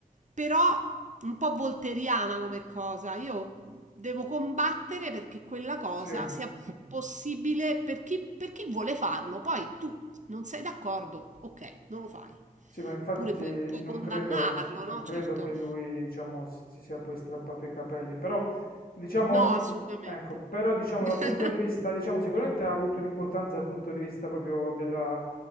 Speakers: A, on the right; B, on the left.
A: però un po' volteriana come cosa. Io devo combattere perché quella cosa
B: sì.
A: sia Sì. possibile per chi, per chi vuole farlo. Poi tu non sei d'accordo? Okay, non lo fai.
B: Sì, ma infatti
A: Oppure puoi puoi
B: non
A: condannarlo,
B: credo, non
A: no,
B: credo
A: certo.
B: che lui, diciamo, si si sia poi strappato i capelli, però, diciamo,
A: No,
B: li-
A: assolutamente.
B: ecco, però, diciamo,
A: <laughs>
B: dal punto di vista, diciamo, sicuramente ha avuto un'importanza dal punto di vista proprio della